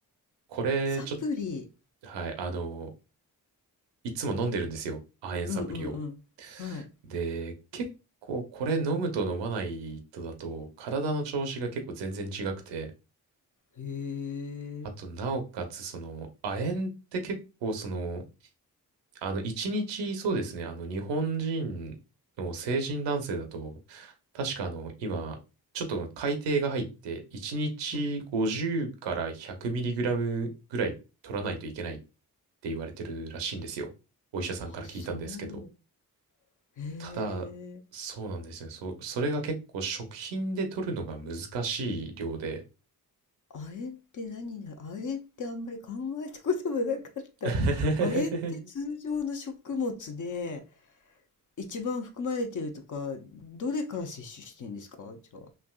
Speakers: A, on the right (about 85°); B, on the left (about 45°).
A: これ、
B: サプリ。
A: ちょっと、はい、あのーいつも飲んでるんですよ。亜鉛サプリを。
B: うんうんうん。はい。
A: で、結構これ飲むと飲まないとだと、体の調子が結構全然違くて、
B: へ
A: あと、
B: え。
A: なおかつ、その、亜鉛って結構、その、あの、一日、そうですね、あの、日本人の成人男性だと、確かあの、今、ちょっと改定が入って、一日50から100ミリグラムぐらい取らないといけないっ
B: うん。
A: て言われてるらしいんですよ。お医者さんから聞いたんですけど。
B: あ、そう。へえ。
A: ただ、そうなんですよね。そう、それが結構食品で取るのが難しい量で、
B: 亜鉛って何な、亜鉛ってあんまり考えたこともなかった。
A: <laughs>
B: 亜鉛って通常の食物で一番含まれてるとか、どれから摂取してんですかじゃあ。